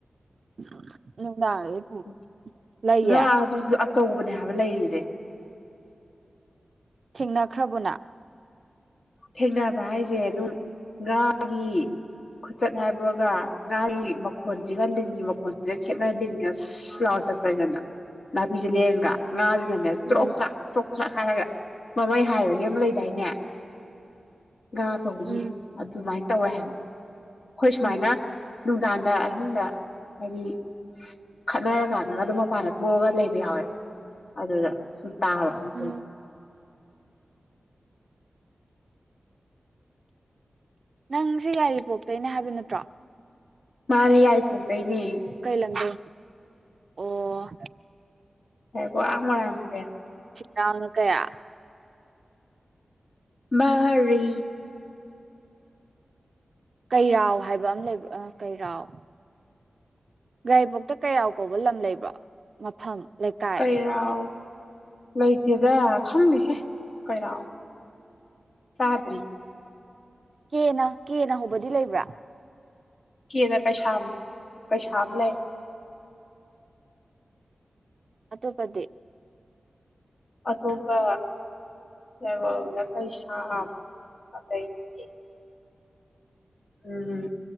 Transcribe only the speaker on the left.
ꯎ
ꯉꯥ ꯑꯗꯨꯁꯨ ꯑꯆꯧꯕꯅꯦ ꯍꯥꯏꯕ ꯂꯩꯔꯤꯁꯦ
ꯊꯦꯡꯅꯕ ꯍꯥꯏꯁꯦ ꯑꯗꯨ ꯉꯥꯒꯤ ꯈꯨꯆꯠ ꯍꯥꯏꯕꯒ ꯉꯥꯒꯤ ꯃꯈꯣꯟꯁꯤꯒ ꯂꯤꯟꯒꯤ ꯃꯈꯣꯟꯁꯤꯒ ꯈꯦꯠꯅ ꯂꯤꯟꯅ ꯁꯤꯁ ꯂꯥꯎꯔ ꯆꯠꯄꯅꯤꯗꯅ ꯅꯥꯄꯤꯁꯦ ꯂꯦꯡꯒ ꯉꯥꯥꯁ
ꯆ꯭ꯔꯣꯛ ꯆ꯭ꯔꯥꯛ ꯆꯥꯛ ꯍꯥꯏꯔꯒ ꯃꯃꯩ ꯍꯥꯏꯕꯒꯤ ꯑꯃ ꯂꯩꯗꯥꯏꯅꯦ ꯉꯥꯆꯧꯕꯒꯤ
ꯑꯗꯨꯃꯥꯏꯅ ꯇꯧꯋꯦ ꯍꯥꯏꯕ ꯑꯩꯈꯣꯏ ꯁꯨꯃꯥꯏꯅ
ꯅꯨꯡꯗꯥꯡꯗ ꯑꯍꯤꯡꯗ ꯍꯥꯏꯗꯤ ꯈꯠꯅꯔꯀꯥꯟꯗꯒ ꯑꯗꯨꯝ ꯃꯄꯥꯟꯗ ꯊꯣꯛꯑꯒ ꯂꯩꯕ ꯌꯥꯎꯋꯦꯕ ꯑꯗꯨꯗ ꯁꯨꯝ ꯇꯥꯔꯕ ꯃꯈꯣꯜ
ꯃꯥꯅꯦ ꯌꯥꯏ ꯀꯅꯦ <unintelligible>
ꯍꯦꯛꯀꯣ <unintelligible> ꯃꯣꯏꯔꯥꯡꯄꯨꯔꯦꯜ
ꯃꯥꯔꯤ
ꯀꯩꯔꯥꯎ ꯂꯩꯇꯦꯗ ꯈꯪꯉꯦꯍꯦ ꯀꯩꯔꯥꯎ ꯇꯥꯗ꯭ꯔꯤ
ꯀꯦꯅ ꯀꯩꯁꯥꯝ ꯀꯩꯁꯥꯝ ꯂꯩ
ꯑꯇꯣꯞꯄ ꯀꯩꯔꯣꯝꯗ ꯀꯩꯁꯥꯝꯑ ꯂꯩꯌꯦ ꯎꯝ